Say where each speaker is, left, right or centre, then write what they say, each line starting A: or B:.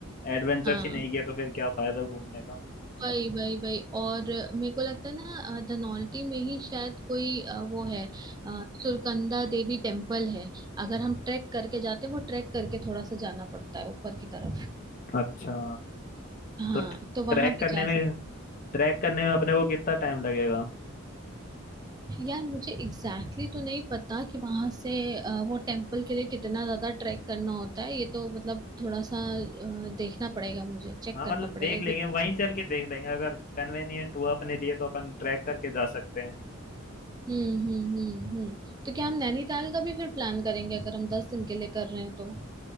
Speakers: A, on the left (about 40°); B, on the right (about 20°).
A: एडवेंचर्स
B: हाँ
A: ही नहीं किया तो फिर क्या फायदा घूमने का
B: वही वही वही और मेरे को लगता है ना अ, धनौल्टी में ही शायद कोई अ, वो है अ, सुरकंदा देवी टेम्पल है अगर हम ट्रैक करके जाते हैं वो ट्रैक करके थोड़ा सा जाना पड़ता है ऊपर की तरफ
A: अच्छा
B: हाँ
A: तो ट्रैक
B: तो वहां भी
A: करने
B: जा
A: में ट्रैक करने में अपने को कितना टाइम लगेगा
B: यार मुझे एग्जैक्टली exactly तो नहीं पता कि वहां से अ, वो टेम्पल के लिए कितना ज्यादा ट्रैक करना होता है ये तो मतलब थोड़ा सा अ, देखना पड़ेगा मुझे चेक
A: हाँ
B: करना
A: मतलब
B: पड़ेगा
A: देख लेंगे
B: कि-
A: वहीं चल के देख लेंगे अगर कन्वेनियंट हुआ अपने लिए तो अपन ट्रैक करके जा सकते हैं
B: हम्म हम्म हम्म हम्म तो क्या हम नैनीताल का भी फिर प्लान करेंगे अगर हम दस दिन के लिए कर रहे हैं तो